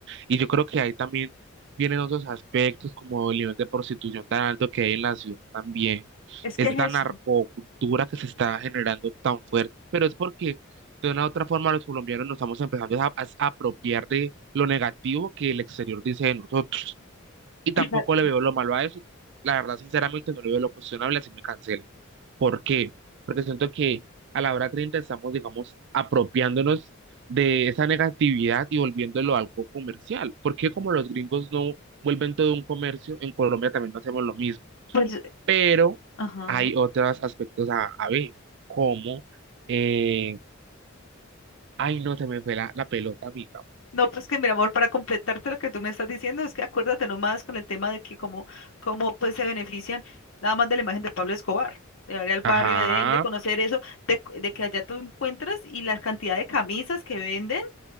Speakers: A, on the right; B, on the left.
A: Y yo creo que ahí también vienen otros aspectos como el nivel de prostitución tan alto que hay en la ciudad también.
B: Es
A: Esta
B: que es
A: narcocultura
B: eso.
A: que se está generando tan fuerte, pero es porque de una u otra forma los colombianos nos estamos empezando a a apropiar de lo negativo que el exterior dice de nosotros. Y tampoco
B: <laughs> Exacto.
A: le veo lo malo a eso. La verdad, sinceramente, no le veo lo cuestionable así me cancelen. ¿Por qué? Porque siento que a la hora 30 estamos, digamos, apropiándonos de esa negatividad y volviéndolo algo comercial. Porque como los gringos no vuelven todo un comercio, en Colombia también no hacemos lo mismo.
B: Pues,
A: Pero
B: ajá.
A: hay otros aspectos a, a ver, como, eh, ay, no, se me fue la, la pelota, amiga.
B: No, pues que mi amor, para completarte lo que tú me estás diciendo, es que acuérdate nomás con el tema de que cómo, cómo pues se benefician nada más de la imagen de Pablo Escobar, de ir al barrio
A: Ajá,
B: de él, de conocer eso, de, de que allá tú encuentras y la cantidad de camisas que venden